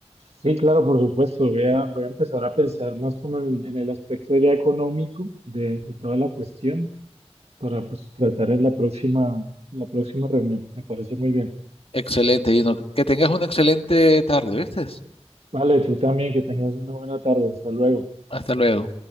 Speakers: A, on the right; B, on the left.
A: Sí, claro, por supuesto. Voy a, voy a empezar a pensar más como en, en el aspecto ya económico de, de toda la cuestión para pues, tratar en la próxima, en la próxima reunión. Me parece muy bien.
B: Excelente, Gino. Que tengas una excelente tarde, ¿viste?
A: Vale, tú también, que tengas una buena tarde. Hasta luego.
B: Hasta luego.